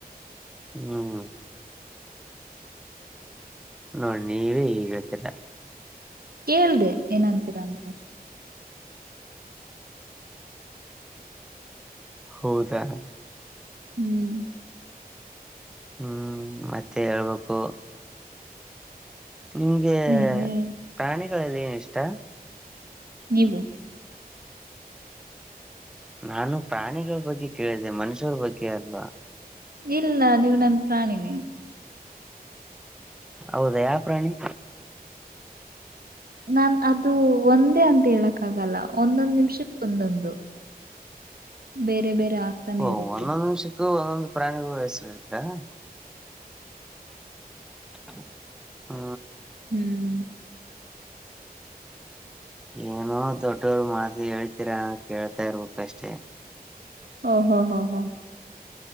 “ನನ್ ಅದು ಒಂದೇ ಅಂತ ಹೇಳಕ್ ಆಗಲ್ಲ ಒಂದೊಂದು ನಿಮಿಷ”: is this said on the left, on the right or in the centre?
Right